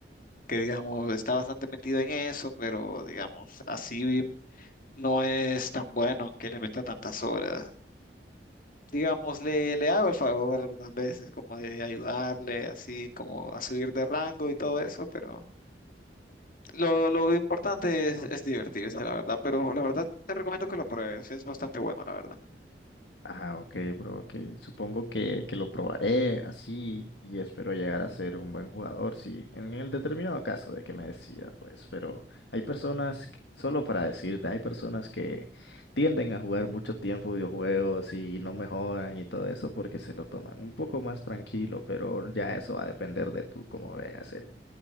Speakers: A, on the left; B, on the left.
A: que digamos está bastante metido en eso, pero digamos así no es tan bueno que le meta tantas horas. Digamos, le, le hago el favor algunas veces como de ayudarle así como a subir de rango y todo eso, pero Lo, lo importante es, es divertirse, la verdad, pero la verdad te recomiendo que lo pruebes, es bastante bueno, la verdad.
B: Ah, ok, bro, ok. Supongo que, que lo probaré así y espero llegar a ser un buen jugador, sí, en el determinado caso de que me decida, pues, pero hay personas, que- solo para decirte, hay personas que tienden a jugar mucho tiempo videojuegos y no mejoran y todo eso porque se lo toman un poco más tranquilo, pero ya eso va a depender de tú, como veas el,